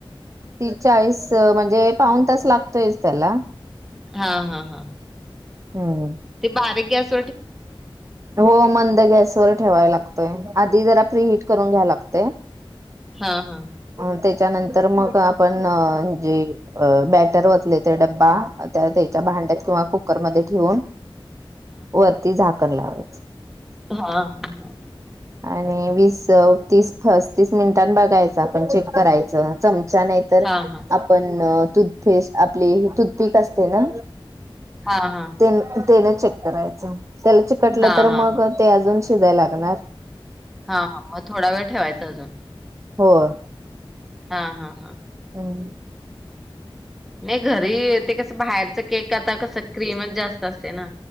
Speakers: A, on the right (about 35°); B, in the centre.
A: ती चाळीस म्हणजे पाऊन तास लागतोयच त्याला
B: हा हा हा
A: हम्म.
B: ते बारीक गॅस
A: हो मंद गॅसवर ठेवाय लागत आधी जरा प्री हिट करून घ्या लागतय
B: हा हा
A: अ त्याच्यानंतर मग आपण जे बॅटर वतले ते डब्बा त्या त्याच्या भांड्यात किंवा कुकरमध्ये ठेवून वरती झाकण लावायचं
B: हा हा
A: आणि वीस तीस पस्तीस मिनिटां बघायचं आपण चेक करायचं चम चमचा नाही तरआपण
B: हां, हां.
A: तुथपेस् आपली तूथपीक असते ना
B: हा हा
A: ते तेन चेक करायचं त्याला चिकटलं
B: हां,
A: तर
B: हां,
A: मग
B: हां.
A: ते अजून शिजायला लागणार
B: हा हा मग थोडा वेळ ठेवायचा अजून
A: होय
B: हा हा हा.
A: आणि
B: नाही घरी ते कस बाहेरच केक आता कस क्रीमच जास्त असतय ना.